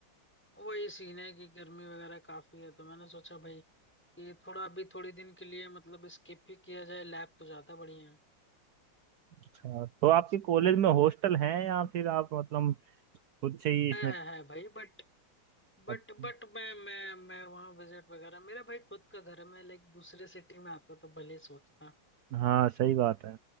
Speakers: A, in the centre; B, on the right.
A: वही सीन है कि गर्मी वगैरह काफी है तो मैंने सोचा भाई कि थोड़ा अभी थोड़ी दिन के लिए मतलब स्किप ही किया जाए लैब तो ज्यादा बढ़िया
B: अच्छा तो आपके कॉलेज में हॉस्टल हैं या फिर आप मतलब खुद से ही इसमें
A: है है है है भाई बट बट
B: अच्छा,
A: बट मैं मैं मैं वहाँ विजिट वगैरह मेरा भाई खुद का घर है मैं लाइक दूसरे सिटी में आता तो भले सोचता
B: हाँ सही बात है